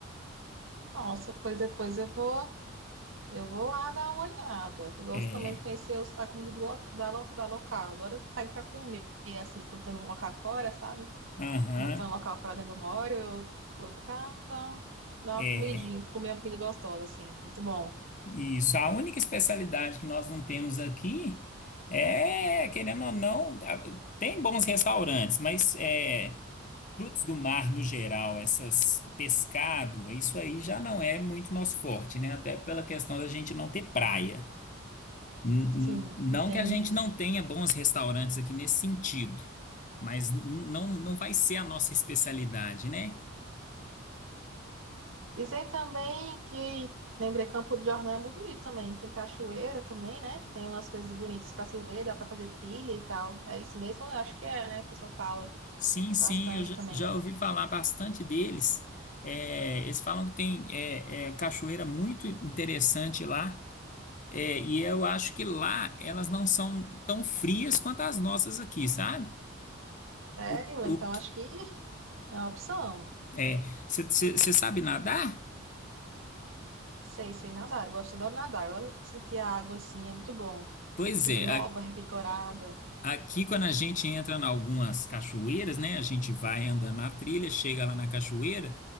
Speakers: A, on the right; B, on the left.
A: Nossa, pois depois eu vou. Eu vou lá dar uma olhada. Eu gosto
B: É,
A: também de conhecer os- a comida do lo- da, lo- da local. Eu adoro sair para comer, assim, quando estou num local fora, sabe?
B: aham,
A: Ainda estou em local pra dentro do moro, eu coloco pra dar, dar
B: é.
A: uma comidinha, comer uma comida gostosa, assim. Muito bom.
B: Isso, a única especialidade que nós não temos aqui é, querendo ou não, a- tem bons restaurantes, mas é, frutos do mar no geral, essas pescado, isso aí já não é muito nosso forte, né? Até pela questão da gente não ter praia. N-
A: Sim,
B: n- Não
A: entendi.
B: que a gente não tenha bons restaurantes aqui nesse sentido, mas n- não, não vai ser a nossa especialidade, né?
A: Dizer também que lembrei Campo de Jordão é muito bonito também. Tem cachoeira também, né? Tem umas coisas bonitas para se ver, dá para fazer trilha e tal. É isso mesmo? Eu Acho que é, né? O pessoal fala
B: Sim, sim,
A: bastante
B: eu já
A: também.
B: já ouvi falar bastante deles. É, eles falam que tem é, é, cachoeira muito interessante lá. É, e eu acho que lá elas não são tão frias quanto as nossas aqui, sabe?
A: Sério?
B: O,
A: Então
B: o, que-
A: acho que é uma opção.
B: é, você sabe nadar?
A: Sei, sei nadar. Eu gosto, adoro nadar. Eu adoro sentir a água assim, é muito bom.
B: Pois
A: Sinto
B: é,
A: nova, revigorada.
B: Aqui, quando a gente entra em algumas cachoeiras, né? A gente vai andando na trilha, chega lá na cachoeira,